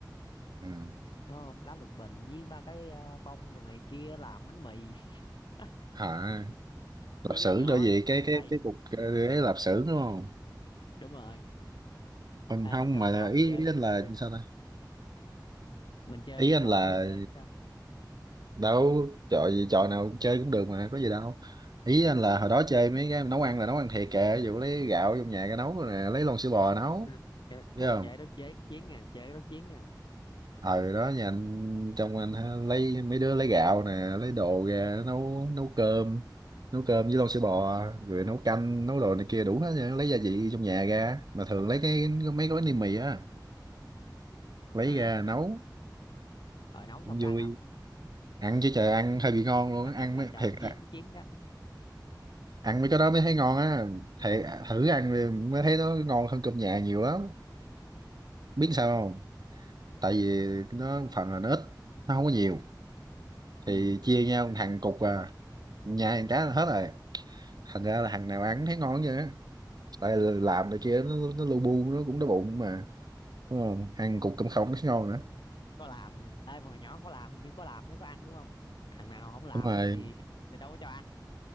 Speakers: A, on the right; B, on the left.
A: ừ.
B: phải không lá lục bình với ba cái ờ, bông đồ này kia làm bánh mì <laughs>
A: hả lạp
B: mấy
A: xưởng
B: đứa nhỏ
A: đó gì cái cái
B: ai
A: cái cục ờ, ấy lạp xưởng đúng không
B: đúng rồi
A: không
B: ai
A: không
B: mà sao
A: mà
B: nhỏ mình
A: ý,
B: chơi
A: ý
B: mấy
A: anh là
B: mấy
A: sao ta
B: mình chơi
A: ý
B: với cái
A: anh
B: trò
A: là
B: nó bê đê đó
A: đâu trò gì trò nào cũng chơi cũng được mà có gì đâu ý anh là hồi đó chơi mấy cái nấu ăn là nấu ăn thiệt kìa ví dụ lấy gạo trong nhà cái nấu rồi nè lấy lon sữa bò nấu
B: Ừ.
A: biết
B: à,
A: không
B: chơi đó chế chiến nè chơi cái đó chiến nè
A: ờ đó nhà anh trong anh ha, lấy mấy đứa lấy gạo nè lấy đồ ra nấu nấu cơm nấu cơm với lon sữa bò rồi nấu canh nấu đồ này kia đủ hết trơn, lấy gia vị trong nhà ra mà thường lấy cái mấy gói ni mì á lấy
B: à
A: ra nấu
B: rồi nấu
A: cũng
B: xong có
A: vui
B: ăn không
A: ăn chứ trời ăn hơi bị ngon luôn
B: à,
A: á.
B: trời
A: ăn
B: trời
A: mới
B: trời
A: thiệt
B: chiến
A: à,
B: chiến đó
A: ăn mấy cái đó mới thấy ngon á thiệt à, thử ăn đi mới thấy nó ngon hơn cơm nhà nhiều lắm biết sao không tại vì nó phần là nó ít nó không có nhiều thì
B: ừ
A: chia nhau thằng cục à nhà thằng cá là hết rồi thành ra là thằng nào ăn thấy ngon vậy á tại là làm này kia nó nó lu bu nó cũng đói bụng mà đúng không ăn cục cơm không thấy ngon nữa
B: có làm ê mà hồi nhỏ có làm hình như có làm mới có ăn đúng không thằng nào không làm
A: đúng rồi
B: á thì, thì đâu có cho ăn